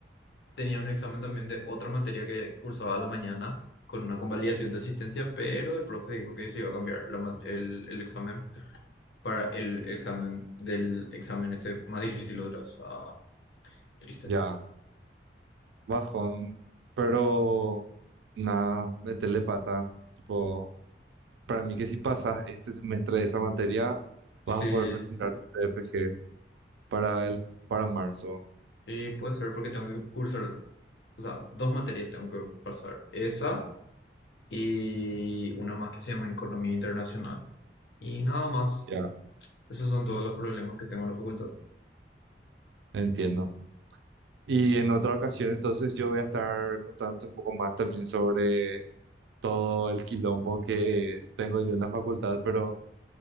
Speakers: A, on the left; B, on the right.
A: Tenía un examen también de otra materia que cursaba a la mañana con una convalidación de asistencia, pero el profe dijo que se iba a cambiar la ma- el, el examen para el examen del examen este más difícil otra vez. Ah, triste.
B: ya, bajón. Pero, nada, metele pata. Tipo. Para mí que si pasas este semestre de esa materia, vas
A: Sí.
B: a poder presentar tu TFG para el, para marzo.
A: Y puede ser porque tengo que cursar, o sea, dos materias tengo que pasar. Esa. y una más que se llama Economía Internacional. Y nada más.
B: Ya,
A: Esos son todos los problemas que tengo en la facultad.
B: entiendo. Y en otra ocasión, entonces, yo voy a estar contándote un poco más también sobre todo el quilombo que tengo yo en la facultad, pero